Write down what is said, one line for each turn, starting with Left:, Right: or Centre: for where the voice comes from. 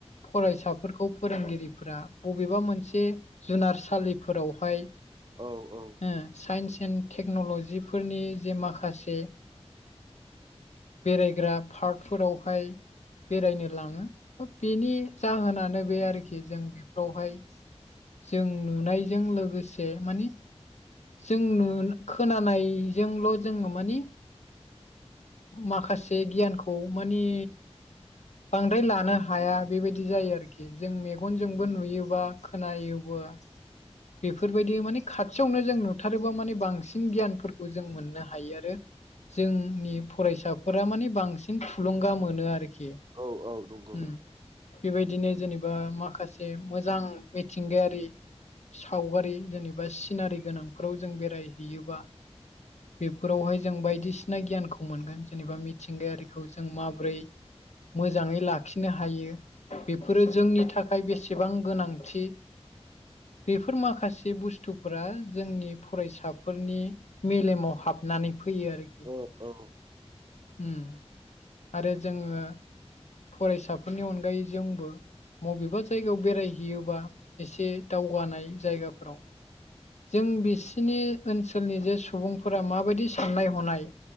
Left: फरायसाफोर खौ फोरोंगिरिफोरा बबेबा मोनसे जुनारसालिफोरावहाय
Right: औ औ
Left: ओ साइन्स एन्ड टेक्न'लजिफोरनि जे माखासे बेरायग्रा पार्कफोरावहाय बेरायनो लाङो बा बेनि जाहोनानो बे आरोखि जों बेफोरावहाय जों नुनायजों लोगोसे मानि जों नु खोनानायजोंल' जोङो मानि माखासे गियानखौ मानिे बांद्राय लानो हाया बेबायदि जायो आरो आरोखि जों मेगनजोंबो नुयोबा खोनायोबो बेफोरबायदि माने खाथियावनो जों नु हाथारोबा माने बांसिन गियानफोरखौ जों मोननो हायो आरो जोंनि फरायसाफोरा मानिे बांसिन थुलुंगा मोनो आरोखि
Right: औ औ नंगौ
Left: उम बेबायदिनो जेनेबा माखासे मोजां मिथिंगायारि सावगारि जेनेबा सिनारि गोनांफोराव जों बेरायहैयोबा बेफोरावहाय जों बायदिसिना गियानखौ मोनगोन जेनेबा मिथिंगायारिखौ जों माबोरै मोजाङै लाखिनो हायो बेफोरो जोंनि थाखा थाखाय बेसेबां गोनांथि बेफोर माखासे बुस्थुफोरा जोंनि फरायसाफोरनि मेलेमाव हाबनानै फैयो आरो
Right: औ औ
Left: ओम आरो जोङो फरायसाफोरनि अनगायै जोंबो बबेबा जायगायाव बेरायहैयोबा एसे दावगानाय जायगाफोराव। जों बिसिनि ओनसोलनि जे सुबुंफोरा माबायदि साननाय हनाय